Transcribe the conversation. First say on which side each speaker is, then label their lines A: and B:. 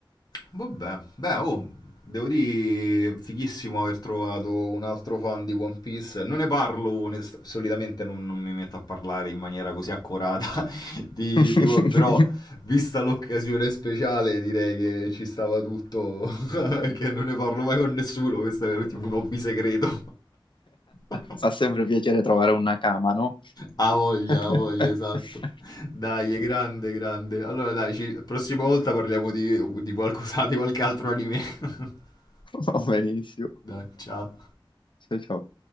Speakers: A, on the left; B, on the left.
A: Vabbè, beh, oh, devo dire, fighissimo aver trovato un altro fan di One Piece. Non ne parlo, onest- solitamente non, non mi metto a parlare in maniera così accurata, <laughs> di,
B: <laughs>
A: di One- però vista l'occasione speciale direi che ci stava tutto, <laughs> che non ne parlo mai con nessuno, questo è tipo un hobby segreto. <laughs>
B: Fa sempre piacere trovare una cama, no?
A: Ha voglia,
B: <laughs>
A: ha voglia, esatto. Dai, è grande, grande. Allora, dai, ci... prossima volta parliamo di, di qualcosa, di qualche altro anime. <laughs>
B: Va benissimo.
A: Dai, ciao.
B: Ciao ciao.